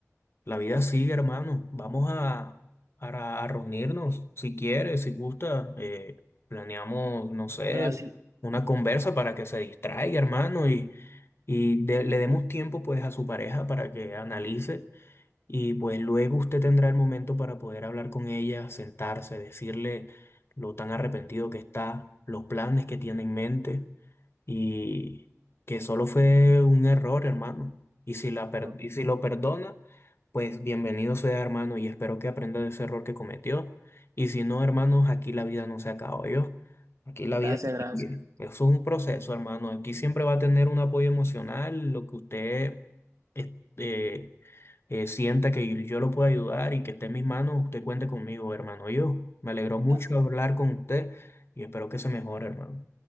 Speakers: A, on the left; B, on the right.
A: la vida sigue, hermano. Vamos a, a- a reunirnos, si quiere, si gusta. eh, planeamos, no sé,
B: Gracias,
A: una conversa para que se distraiga, hermano, y, y de- le demos tiempo pues a su pareja para que analice. Y pues luego usted tendrá el momento para poder hablar con ella, sentarse, decirle lo tan arrepentido que está, los planes que tiene en mente y que solo fue un error, hermano. Y si la per-
B: no,
A: y si lo perdona, pues bienvenido sea, hermano, y espero que aprenda de ese error que cometió. Y si no, hermanos, aquí la vida no se acaba, yo. Aquí la vida
B: gracias,
A: sigue.
B: gracias.
A: Eso es un proceso, hermano. Aquí siempre va a tener un apoyo emocional, lo que usted este, eh, sienta que yo lo puedo ayudar y que esté en mis manos, usted cuente conmigo, hermano. Yo me alegró mucho
B: Ah,
A: hablar con usted y espero que se mejore, hermano.